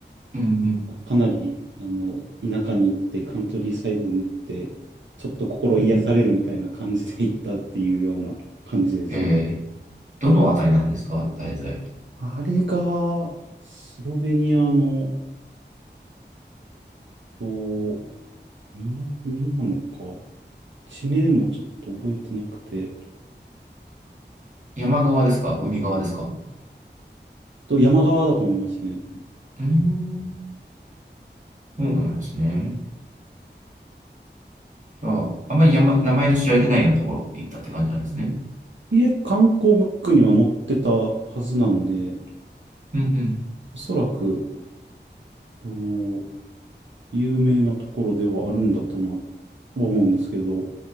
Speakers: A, on the right; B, on the right.
A: うん、
B: かなり、あの、田舎に行って、カントリーサイドに行って、ちょっと心癒されるみたいな感じで行ったっていうような感じですね。
A: うん。へえ、どのあたりなんですか大体。
B: あれが、スロベニアの、と、みな、ミなのか、地名もちょっと覚えてなくて、
A: 山側ですか海側ですか
B: と、山側だと思いますね。
A: うーん、そうなんですね。じゃあ、あんまり山、名前の知られてないようなところ行ったって感じなんですね。
B: いえ、観光ブックには載ってたはずなんで、
A: うん
B: おそらく、あの、有名なところではあるんだとな、は思うんですけど、